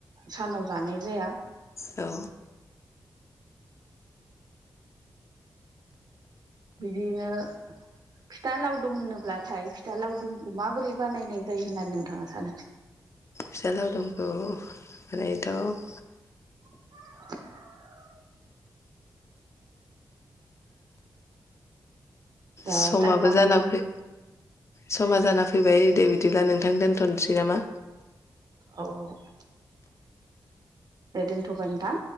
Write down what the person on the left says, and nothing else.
औ।
फिथा लावदुमखौ ओरैनोथ'।
समाबो
जाना
फै समा जाना फै फैबाय दे बिदिब्ला नोंथां दोन्थनोसै नामा।